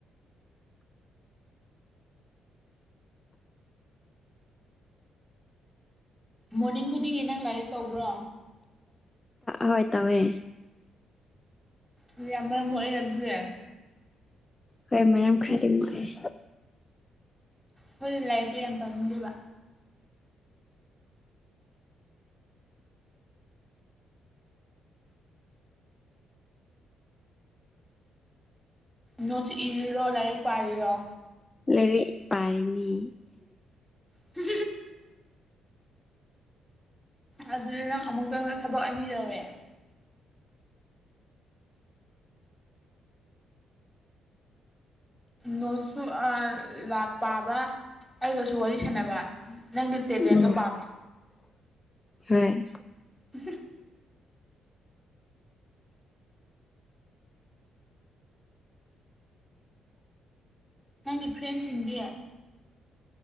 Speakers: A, in the centre; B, on the left.
A: ꯃꯣꯔꯅꯤꯡ ꯈꯨꯗꯤꯡꯒꯤ ꯅꯪ ꯂꯥꯏꯔꯤꯛ ꯇꯧꯕ꯭ꯔꯣ꯫
B: ꯍꯣꯏ ꯇꯧꯋꯦ꯫
A: ꯎꯝ ꯌꯥꯝ ꯃꯔꯝ ꯃꫭꯛꯑꯦ ꯑꯗꯨꯗꯤ꯫
B: ꯍꯣꯏ ꯃꯔꯝ ꯈꯔꯗꯤ ꯃꫭꯛꯑꯦ꯫
A: ꯈꫭꯏꯅ ꯂꯥꯏꯔꯤꯛꯇꯣ ꯌꯥꯝ ꯇꯧꯅꯤꯡꯗꯦꯕ꯫ ꯅꫭꯠ ꯏꯔꯤꯔꫭ ꯂꯥꯏꯔꯤꯛ ꯄꯥꯥꯔꯤꯔꫭ꯫
B: ꯂꯩꯔꯤꯛ ꯄꯔꯤꯅꯤ꯫
A: ꯫ ꯑꯗꯨꯗ ꯅꯪ ꯑꯃꯨꯛꯇꯪꯗ ꯊꯕꯛ ꯑꯅꯤ ꯇꯧꯋꯤ꯫ ꯅꫭꯠꯁꯨ ꯑꯥ ꯄꯥꯕ ꯑꯩꯒꯁꯨ ꯋꯥꯔꯤ ꯁꯥꯟꯅꯕ꯫ ꯅꯪꯗꫭ ꯇ‌ꯦꯂ‌ꯦꯟꯗꫭ
B: ꯎꯝ
A: ꯄꯥꯝꯃ‌ꯦ꯫
B: ꯍꯣꯏ꯫
A: ꯫ ꯅꯪꯒꯤ ꯐ꯭ꯔꯦꯟꯁꯤꯡꯗꯤ꯫